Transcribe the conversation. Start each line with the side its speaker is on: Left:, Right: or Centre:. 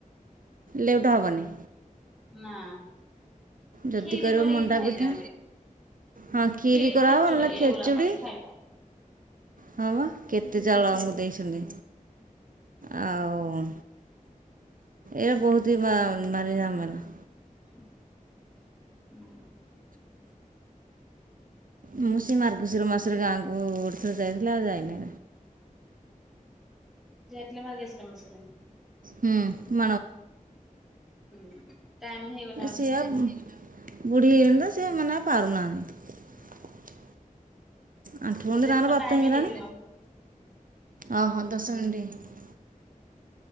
Right: ଲେଉଟା ହେବନି।
Centre: ନା।
Right: ଯଦି
Centre: କ୍ଷୀରି
Right: କରିବ
Centre: କରିକି
Right: ମଣ୍ଡା
Centre: ଖାଇଦିଅନ୍ତି।
Right: ପିଠା, ହଁ ଖିରି
Centre: କ୍ଷୀରି
Right: କରାହେବ
Centre: ଖେଚୁଡି
Right: ନହେଲେ ଖେଚୁଡି।
Centre: ଏଗୁଡା କରିକି ଖାଇବ।
Right: ହଁ ବା କେତେ ଚାଉଳ
Centre: ହୁଁ
Right: ଆମକୁ ଦେଇଛନ୍ତି। ଆଉ ଏ ବହୁତ ହି ଭାରି ଝାମେଲା।
Centre: ଉଁ। <unintelligible>
Right: ମୁଁ ସେ ମାର୍ଗଶୀର ମାସରେ ଗାଁକୁ ଗୋଟେ ଥରେ ଯାଇଥିଲେ ଆଉ ଯାଇନି।
Centre: ଯାଇ ଥିଲି ମାର୍ଗଶିର ମାସରେ।
Right: ହୁଁ
Centre: ହୁଁ। ଟାଇମ ହେଇଗଲା
Right: ସିଆ
Centre: ବୋଧେ ଦେଖ।
Right: ବୁଢୀ ହେଇଲେଣି ତ ସେ ମାନେ ଆଉ ପାରୁନାହାନ୍ତି। ଆଣ୍ଠୁ ଗଣ୍ଠି
Centre: ଦେଖ
Right: ତାଙ୍କର ବାତ
Centre: ଟାଇମ
Right: ହେଇଗଲାଣି
Centre: ହେଇଯିବ।
Right: ଓହୋ ଦଶ ମିନିଟ,